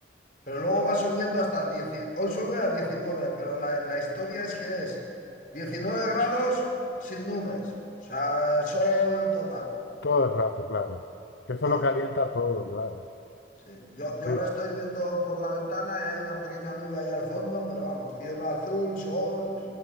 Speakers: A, on the left (about 50°); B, on the left (about 80°).
A: Pero luego va subiendo hasta 10, hoy sube a 19, pero la, la historia es que es 19 grados sin nubes, o sea, sol total.
B: <laughs> Todo el rato, claro. Que eso
A: Claro,
B: lo calienta todo, claro.
A: sí. Yo, yo
B: Sí,
A: ahora estoy viendo por la ventana y hay una pequeña nube ahí al fondo, pero vamos, cielo azul, sol.